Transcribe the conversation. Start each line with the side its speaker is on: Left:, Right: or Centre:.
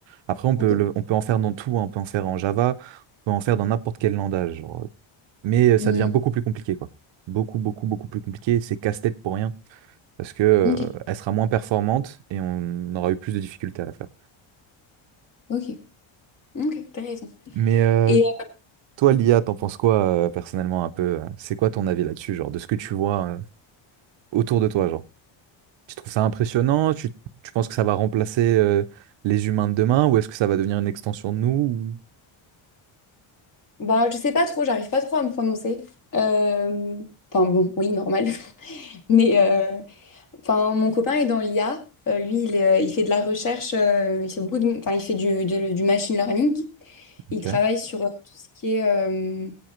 Right: Après, on
Left: Ok.
Right: peut, le- on peut en faire dans tout, hein, On peut en faire en Java, on peut en faire dans n'importe quel langage. genre. Mais euh, ça
Left: Hmm,
Right: devient beaucoup plus compliqué, quoi. Beaucoup, beaucoup, beaucoup plus compliqué. C'est casse-tête pour rien parce que euh,
Left: ok,
Right: elle sera moins performante et on aura eu plus de difficultés à la faire.
Left: ok, ok, t'as raison.
Right: Mais euh,
Left: Et
Right: toi, l'IA, t'en penses quoi euh, personnellement un peu? euh, C'est quoi ton avis là-dessus, genre de ce que tu vois euh, autour de toi, genre? Tu trouves ça impressionnant? Tu, tu penses que ça va remplacer euh, les humains de demain ou est-ce que ça va devenir une extension de nous? ou-
Left: euh, bah je sais pas trop, j'arrive pas trop à me prononcer. Euh, Enfin bon, oui, normal. <laughs> Mais euh, Enfin, mon copain est dans l'IA. Euh, lui, il, euh, il fait de la recherche, euh, il fait beaucoup de, enfin, il fait du, de- du machine learning. Il
Right: Ok.
Left: travaille sur euh, tout ce qui est, euh,